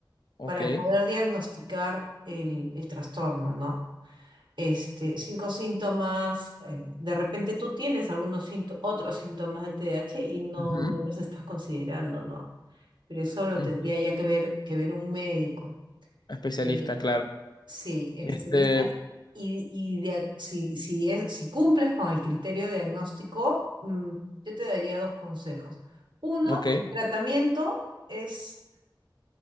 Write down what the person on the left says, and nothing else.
ok.
Ujú,
ujú.
Especialista,
claro.
Este,
ok.